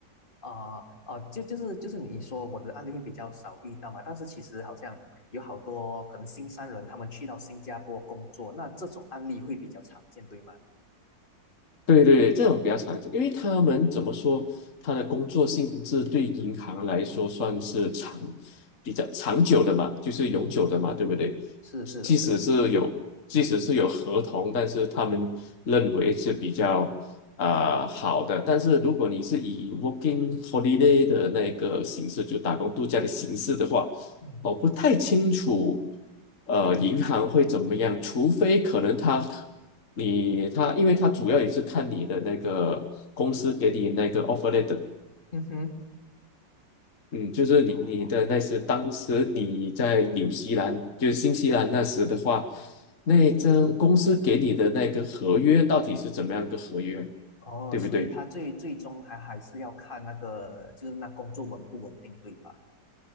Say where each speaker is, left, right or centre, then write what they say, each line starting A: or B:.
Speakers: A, on the left (about 25°); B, on the left (about 45°).
A: 啊哦，就就是就是你说我的案例会比较少遇到嘛，但是其实好像有好多可能新三轮他们去到新加坡工作，那这种案例会比较常见，对吗？
B: 对对，这种比较常久，因为他们怎么说，他的工作性质对银行来说算是长、比较长久的嘛，就是永久的嘛，
A: 嗯。
B: 对不对？
A: 是的是的，
B: 即使是有，
A: 是的。
B: 即使是有合同，但是他们认为是比较啊、好的。但是如果你是以 working holiday 的那个形式，就打工度假的形式的话，
A: 嗯，
B: 我不太清楚，呃，银行会怎么样，除非可能他。你他，因为他主要也是看你的那个公司给你那个 offer letter，
A: 嗯哼，
B: 嗯，就是你你的那时当时你在纽西兰，
A: 哦
B: 就是新西兰那时的话，那这公司给你的那个合约到底是怎么样个合约，
A: 哦，
B: 对不对？
A: 所以他最最终还还是要看那个，就是那工作稳不稳定，对吧？